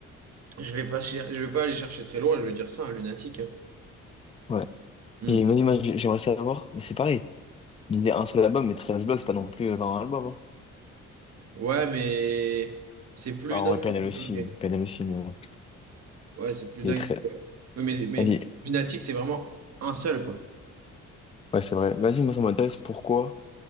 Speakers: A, on the right; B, on the left.
A: Je vais pas, cher- je vais pas aller chercher très loin, je vais dire ça, un Lunatic. hein.
B: ouais.
A: Hmm.
B: Et vas moi, j'ai- j'aimerais savoir, mais c'est pareil. Il disait un seul album, mais 13 blocs, c'est pas non plus euh, 20 albums. hein.
A: Ouais, mais c'est plus
B: Ah,
A: dingue.
B: en vrai, PNL
A: que
B: aussi,
A: Joker.
B: PNL aussi, mais bon.
A: Ouais, c'est plus dingue.
B: Il est très.
A: Ouais, mais, mais
B: Vas-y.
A: Lunatic, c'est vraiment un seul, quoi.
B: Ouais, c'est vrai. Vas-y, moi, ça m'intéresse. Pourquoi?